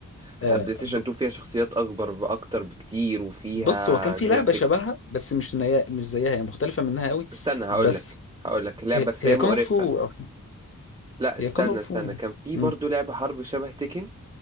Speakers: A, on the right (about 15°); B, on the left (about 40°).
A: كانت
B: آه،
A: على البلاي ستيشن
B: ب-
A: 2 فيها شخصيات اكبر باكتر بكتير وفيها
B: بص هو كان في
A: جرافيكس
B: لعبه شبهها بس مش نيا مش زيها هي مختلفه منها قوي
A: استنى هقول
B: بس
A: لك هقول لك لا
B: هي
A: بس
B: هي
A: هي
B: كونغ
A: مقرفه
B: فو
A: لا استنى
B: هي كونغ فو
A: استنى كان في
B: مم.
A: برضو لعبة حرب شبه تيكن